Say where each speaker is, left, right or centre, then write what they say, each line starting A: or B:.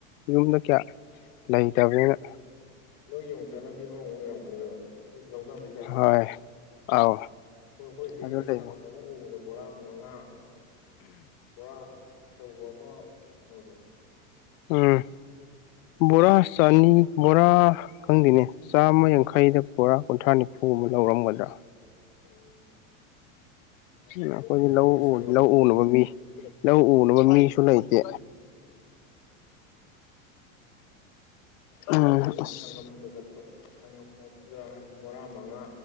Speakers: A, on the left; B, on the left.
A: ꯌꯨꯝꯗ ꯀꯌꯥ ꯂꯩꯇꯕꯅꯤꯅ
B: ꯅꯣꯏ ꯌꯦꯡꯉ ꯆꯥꯟꯅꯕꯤ ꯑꯃ ꯑꯃꯨꯛ ꯂꯩꯔꯝꯒꯅꯦꯕ ꯁꯤ ꯂꯧꯅꯕꯩꯁꯤ
A: ꯍꯣꯏ ꯑꯥꯎ
B: ꯑꯩꯈꯣꯏ ꯑꯩꯈꯣꯏ ꯁꯤꯒꯤꯅ
A: ꯑꯗꯨ ꯂꯩꯕ
B: ꯁꯪꯉꯝ ꯑꯃ ꯎꯕꯗ ꯕꯣꯔꯥ ꯃꯉꯥ ꯕꯣꯔꯥ ꯑꯆꯧꯕ ꯑꯃ ꯀꯩꯅꯣꯗꯣ
A: ꯎꯝ ꯕꯣꯔꯥ ꯆꯅꯤ ꯕꯣꯔꯥ ꯈꯪꯗꯦꯅꯦ ꯆꯥꯝꯃ ꯌꯥꯡꯈꯩꯗ ꯕꯣꯔꯥ ꯀꯨꯟꯊ꯭ꯔꯥ ꯅꯤꯐꯨ ꯑꯃ ꯂꯧꯔꯝꯒꯗ꯭ꯔꯥ
B: ꯑꯣ
A: ꯎ ꯑꯩꯈꯣꯏꯗꯤ
B: ꯁꯤꯒꯤꯅ
A: ꯂꯧ
B: ꯁꯪꯉꯝ
A: ꯂꯧ ꯎꯅꯕ ꯃꯤ ꯂꯧ ꯎꯅꯕ ꯃꯤꯁꯨ ꯂꯩꯇꯦ
B: ꯎꯝ ꯑꯩꯈꯣꯏꯒꯤꯅ
A: ꯎꯝ ꯑꯁ
B: ꯁꯪꯉꯝꯗ ꯆꯠꯄ ꯁꯪꯉꯝ ꯑꯃꯗ ꯕꯣꯔꯥ ꯃꯉꯥ